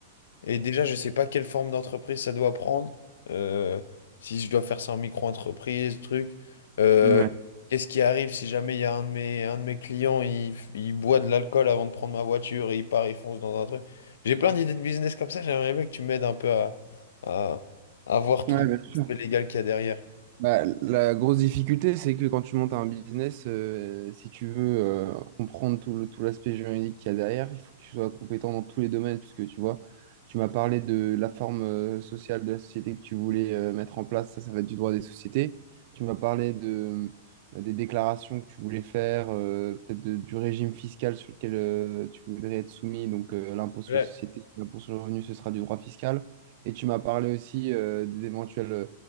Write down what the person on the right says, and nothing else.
Ouais.
Ouais,
bien sûr.
Bah, la grosse difficulté, c'est que quand tu montes un business, euh, si tu veux euh, comprendre tout le, tout l'aspect juridique qu'il y a derrière, il faut que tu sois compétent dans tous les domaines, puisque tu vois, tu m'as parlé de la forme euh, sociale de la société que tu voulais euh, mettre en place, ça, ça va être du droit des sociétés. Tu m'as parlé de, euh, des déclarations que tu voulais faire, euh, peut-être de- du régime fiscal sur lequel euh, tu voudrais être soumis, donc euh, l'impôt sur
les sociétés, l'impôt sur le revenu, ce sera du droit fiscal. Et tu m'as parlé aussi euh, des éventuels euh,